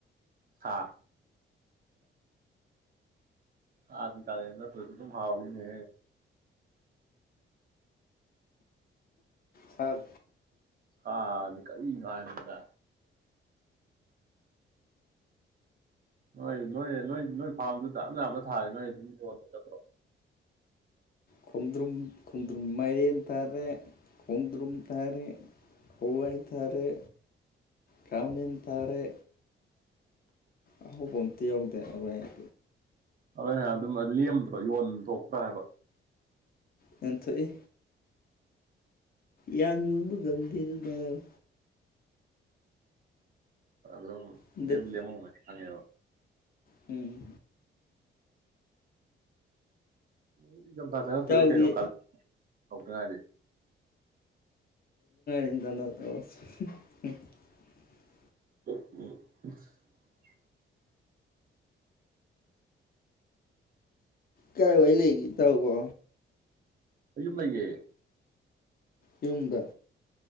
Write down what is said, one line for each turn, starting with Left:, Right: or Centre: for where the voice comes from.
Right: ꯍꯥꯥ ꯑꯗꯤ ꯀꯂꯅ ꯇꯣꯏꯁꯨ ꯑꯗꯨꯝ ꯍꯥꯎꯅꯦ
Left: ꯁꯥꯛ
Right: ꯍ ꯑꯍꯥ <unintelligible> ꯀꯔꯤꯅꯣ ꯍꯥꯏꯅꯤꯗ? ꯅꯣꯏ - ꯅꯣꯏ -ꯅꯣꯏ -ꯅꯣꯏ ꯐꯥꯝꯗꯨ <unintelligible> ꯅꯣꯏ ꯑꯗꯨꯝ ꯌꯣꯅꯕꯥ ꯅꯠꯇ꯭ꯔꯣ?
Left: ꯈꯣꯡꯗ꯭ꯔꯨꯝ ꯈꯣꯡꯗ꯭ꯔꯨꯝ ꯃꯥꯏꯔꯦꯟ ꯇꯥꯔꯦ ꯀꯨꯝꯗ꯭ꯔꯨꯝ ꯊꯔꯦ ꯍꯥꯋꯥꯥꯏ ꯊꯥꯔꯦ, ꯀꯃꯟ ꯊꯔꯦ꯫ ꯑꯍꯧꯕ ꯑꯝꯇ ꯌꯧꯗꯦ ꯑꯗꯨꯕ ꯑꯩ
Right: ꯑꯗꯨ ꯑꯗꯨꯝ ꯂꯦꯝꯗ꯭ꯔꯣ ꯌꯣꯟꯊꯣꯛꯇ꯭ꯔꯥ ꯍꯥꯏꯕ?
Left: ꯌꯣꯟꯊꯣꯛ ꯏ꯫ ꯌꯥꯝ ꯌꯣꯟꯕꯥ ꯉꯝꯗꯦꯗꯥ ꯅꯥꯕꯥ꯫
Right: ꯑꯗꯨꯝ
Left: ꯍꯟꯗꯛ
Right: ꯂꯦꯝꯗꯤ - ꯂꯦꯝꯃꯝꯒꯅꯤ ꯈꯪꯉꯦꯕ꯫
Left: ꯎꯝ
Right: <inaudible> ꯏꯊꯝꯊꯥ ꯆꯪꯉꯛꯇꯣꯔꯤꯦ
Left: ꯏꯇꯥꯎꯗꯤ
Right: ꯀꯩꯅꯣ ꯀꯂꯦ ꯍꯧꯗ ꯉꯥꯏꯔꯤ꯫
Left: <unintelligible>
Right: <inaudible>
Left: ꯀꯥꯏ ꯋꯥꯏ ꯂꯩꯍꯦ ꯏꯇꯥꯎ ꯕꯣ?
Right: ꯑꯩꯌꯨꯝ ꯂꯩꯌꯦ꯫
Left: ꯌꯨꯝꯗ꯫